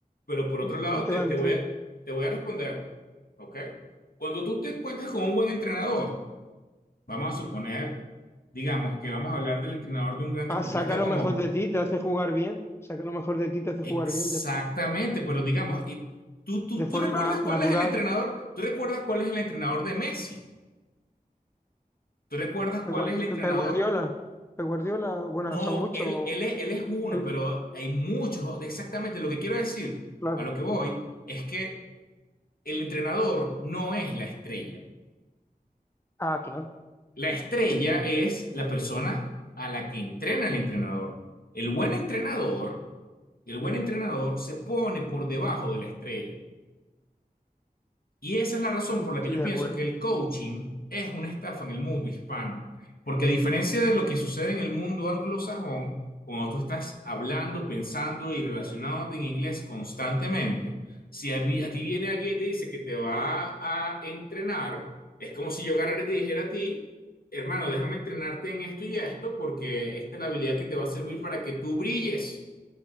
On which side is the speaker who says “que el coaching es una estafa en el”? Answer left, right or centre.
Left